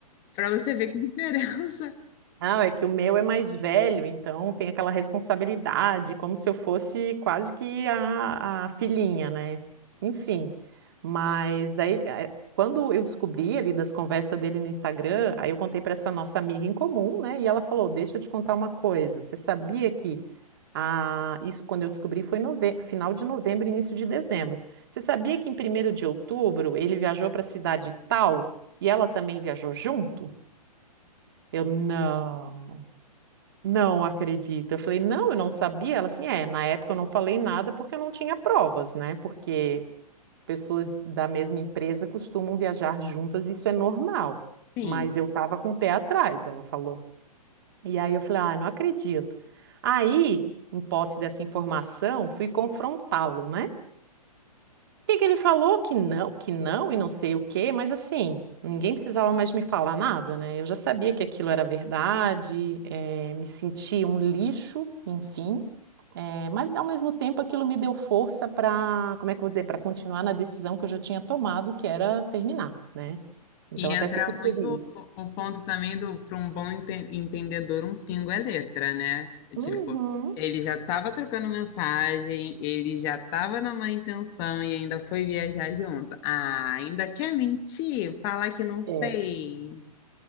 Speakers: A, on the left; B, on the right.
A: Para você ver que diferença.
B: Não, é que o meu é mais velho, então tem aquela responsabilidade, como se eu fosse quase que a, a filhinha, né? Enfim, mas daí, eh, quando eu descobri ali das conversas dele no Instagram, aí eu contei para essa nossa amiga em comum, né? E ela falou: Deixa eu te contar uma coisa, você sabia que. Ah, isso quando eu descobri foi nove... final de novembro, início de dezembro. Você sabia que em primeiro de outubro ele viajou para a cidade tal e ela também viajou junto? Eu não. Não acredito. Eu falei, não, eu não sabia. Ela assim, é, na época eu não falei nada porque eu não tinha provas, né? Porque pessoas da mesma empresa costumam viajar juntas, isso é normal.
A: <laughs> Sim.
B: Mas eu tava com o pé atrás, ela falou. E aí eu falei, ah, não acredito. Aí, em posse dessa informação, fui confrontá-lo, né? que que ele falou? Que não, que não, e não sei o quê, mas assim, ninguém precisava mais me falar nada, né? Eu já sabia que aquilo era verdade, eh, me senti um lixo, enfim, eh, mas ao mesmo tempo aquilo me deu força para, como é que eu vou dizer, para continuar na decisão que eu já tinha tomado, que era terminar, né? Então
A: E
B: até
A: entra
B: fico
A: muito
B: feliz.
A: o o ponto também do para um bom ente- entendedor, um pingo é letra, né?
B: Uhum.
A: Tipo, ele já estava trocando mensagem, ele já estava na má intenção e ainda foi viajar junto. Ah, ainda quer mentir? Falar que não
B: É.
A: fez.